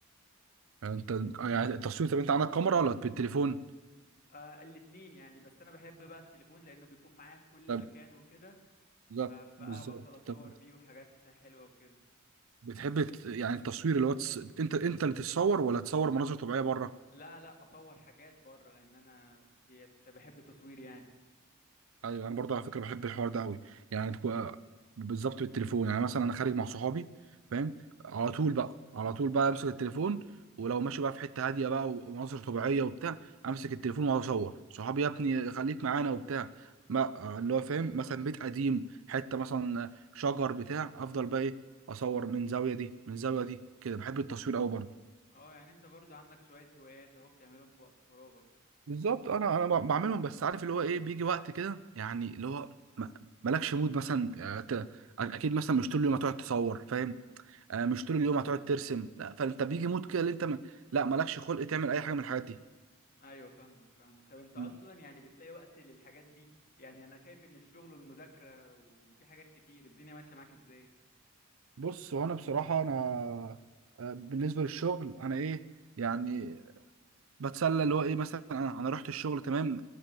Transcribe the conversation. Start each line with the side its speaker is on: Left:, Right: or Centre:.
Right: يعني انت يعني التصوير طب انت عندك كاميرا ولا بالتليفون
Left: آه الاتنين يعني بس انا بحب بقى التليفون لانه بيكون معايا في كل
Right: طب
Left: مكان وكده
Right: بالظبط
Left: فبقى
Right: بالظبط
Left: بفضل اصور
Right: طب
Left: بيه وحاجات حلوه وكده
Right: بتحب ت- يعني التصوير اللي هو تس... انت انت اللي تتصور ولا تصور مناظر طبيعيه بره
Left: لا لا اصور حاجات بره لان انا ديت بحب التصوير يعني
Right: ايوه انا برضه على فكره بحب الحوار ده قوي يعني تبقى بالظبط بالتليفون يعني مثلا انا خارج مع صحابي فاهم على طول بقى على طول بقى امسك التليفون ولو ماشي بقى في حته هاديه بقى ومناظر طبيعيه وبتاع امسك التليفون واقعد اصور صحابي يا ابني خليك معانا وبتاع ما اللي هو فاهم مثلا بيت قديم حته مثلا شجر بتاع افضل بقى ايه اصور من زاويه دي من زاويه دي كده بحب التصوير قوي برضه
Left: اه يعني انت برضو عندك شويه هوايات اهو بتعملهم في وقت فراغك
Right: بالظبط انا انا ب- بعملهم بس عارف اللي هو ايه بيجي وقت كده يعني اللي هو ما- مالكش مود مثلا آه، ت- اكيد مثلا مش طول اليوم هتقعد تصور فاهم آه، مش طول اليوم هتقعد ترسم لا فانت بيجي مود كده اللي انت ما... لا مالكش خلق تعمل اي حاجه من الحاجات دي
Left: ايوه فاهمك فاهمك طب انت اصلا
Right: مم.
Left: يعني بتلاقي وقت للحاجات دي يعني انا شايف ان الشغل والمذاكره وفي حاجات كتير الدنيا ماشيه معاك ازاي
Right: بص هو انا بصراحه انا آه، بالنسبه للشغل انا ايه يعني بتسلى اللي هو ايه مثلا انا انا رحت الشغل تمام